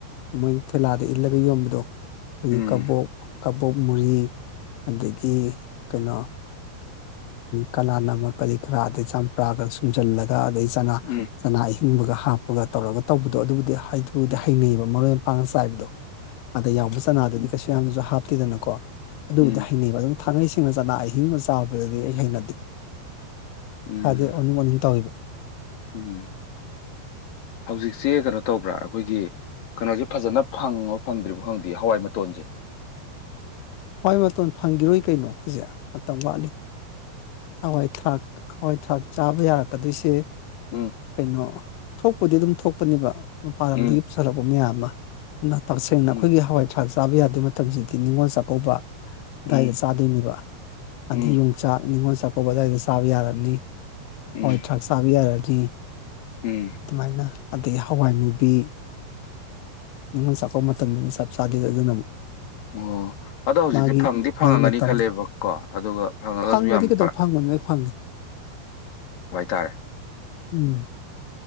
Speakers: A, on the left; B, on the left.
A: ꯃꯣꯏꯅ ꯊꯦꯂꯥꯗ ꯏꯜꯂꯒ ꯌꯣꯟꯕꯗꯣ ꯑꯈꯣꯏꯒꯤ
B: ꯎꯝ
A: ꯀꯕꯣꯛ ꯀꯕꯣꯛ ꯃꯣꯔꯤ ꯑꯗꯒꯤ ꯀꯟꯅꯣ ꯀꯂꯥ ꯅꯃꯛ ꯀꯔꯤ ꯀꯔꯥ ꯑꯗꯩ ꯆꯝꯄ꯭ꯔꯥꯒ ꯁꯨꯝꯖꯜꯂꯒ ꯑꯗꯩ ꯆꯅꯥ
B: ꯎꯝ
A: ꯀꯅꯥ ꯑꯍꯤꯡꯕꯒ ꯍꯥꯞꯄꯒ ꯇꯧꯔꯒ ꯇꯧꯕꯗꯣ ꯑꯗꯨꯕꯨꯗꯤ ꯍꯩꯊꯨꯗ
B: ꯎꯝ
A: ꯍꯩꯅꯩꯕ ꯃꯔꯣꯏ ꯃꯄꯥꯡ ꯆꯥꯏꯕꯗꯣ ꯑꯗ ꯌꯥꯎꯕ ꯆꯅꯥꯗꯨꯗꯤ
B: ꯎꯝ
A: ꯀꯩꯁꯨ ꯌꯥꯝꯖꯨ ꯍꯥꯞꯇꯦꯗꯅꯀꯣ ꯑꯗꯨꯕꯨꯗꯤ
B: ꯎꯝ
A: ꯍꯩꯅꯩꯕ ꯑꯗꯨꯝ ꯊꯥꯡꯉꯩ ꯁꯦꯡꯅ ꯆꯅꯥ ꯑꯍꯤꯡꯕ ꯆꯥꯕꯗꯗꯤ ꯑꯩ ꯍꯩꯅꯗꯦ
B: ꯎꯝ
A: ꯊꯥꯗꯦ ꯑꯣꯅꯤꯡ ꯑꯣꯅꯤꯡ ꯇꯧꯋꯤꯕ
B: ꯎꯝ ꯍꯧꯖꯤꯛꯖꯦ ꯀꯅꯣ ꯇꯧꯕ꯭ꯔꯥ ꯑꯩꯈꯣꯏꯒꯤ ꯀꯅꯣꯖꯨ ꯐꯖꯅ ꯐꯪꯉꯣ ꯐꯪꯗ꯭ꯔꯤꯕꯥ ꯈꯣꯗꯤꯌꯦ ꯍꯋꯥꯏ ꯃꯇꯣꯟꯖꯦ
A: ꯍꯣꯏ ꯃꯇꯣꯟ ꯐꯪꯒꯤꯔꯣꯏ ꯀꯩꯅꯣ ꯖꯦ ꯃꯇꯝ ꯋꯥꯠꯂꯤ ꯍꯋꯥꯏ ꯊꯔꯥꯛ ꯍꯋꯥꯏ ꯊꯔꯥꯛ ꯆꯥꯕ ꯌꯥꯔꯛꯀꯗꯣꯏꯁꯦ
B: ꯎꯝ
A: ꯀꯩꯅꯣ ꯊꯣꯛꯄꯗꯤ ꯑꯗꯨꯝ ꯊꯣꯛꯄꯅꯦꯕ ꯃꯄꯥꯟ ꯂꯝꯗꯒꯤ
B: ꯎꯝ
A: ꯀꯨꯞꯆꯔꯛꯄ ꯃꯌꯥꯝ ꯑꯃ ꯑꯗꯨꯅ ꯇꯁꯦꯡꯅ
B: ꯎꯝ
A: ꯑꯩꯈꯣꯏꯒꯤ ꯍꯋꯥꯏ ꯊꯔꯥꯛ ꯆꯥꯕ ꯌꯥꯗꯣꯏꯕ ꯃꯇꯝꯁꯤꯗꯤ ꯅꯤꯡꯉꯣꯜ ꯆꯥꯛ ꯀꯧꯕ ꯑꯗꯨꯗꯥꯏꯗ
B: ꯎꯝ
A: ꯆꯥꯗꯣꯏꯅꯦꯕ
B: ꯎꯝ
A: ꯑꯗꯤ ꯌꯣꯡꯆꯥꯛ ꯅꯤꯉꯣꯜ ꯆꯥꯛꯀꯧꯕꯗꯋꯥꯏꯗ ꯆꯥꯕ ꯌꯥꯔꯅꯤ
B: ꯎꯝ
A: ꯍꯋꯥꯏ ꯊꯔꯥꯛ ꯆꯥꯕ ꯌꯥꯔꯅꯤ
B: ꯎꯝ
A: ꯑꯗꯨꯃꯥꯏꯅ ꯑꯗꯩ ꯍꯋꯥꯏ ꯃꯨꯕꯤ ꯅꯤꯡꯅꯤꯉꯣꯜ ꯆꯥꯛꯀꯄ ꯃꯇꯝꯗꯗꯤ ꯆꯞ ꯆꯥꯗꯦ ꯑꯗꯨꯅ ꯑꯃꯨꯛ
B: ꯑꯣ ꯑꯗꯣ ꯍꯧꯖꯤꯛꯇꯤ
A: ꯃꯥꯒꯤ
B: ꯐꯪꯗꯤ ꯐꯪꯉꯒꯅꯤ
A: ꯃꯥꯒꯤ ꯃꯇꯝ
B: ꯈꯜꯂꯦꯕꯀꯣ ꯑꯗꯨꯒ ꯐꯪꯉꯒꯁꯨ
A: ꯐꯪꯕꯗꯤ
B: ꯌꯥꯝ
A: ꯀꯩꯗꯧ
B: ꯄꯔ
A: ꯐꯪꯕꯅꯣ ꯂꯣꯏ ꯐꯪꯉꯤ
B: ꯍꯥꯏꯇꯥꯔꯦ
A: ꯎꯝ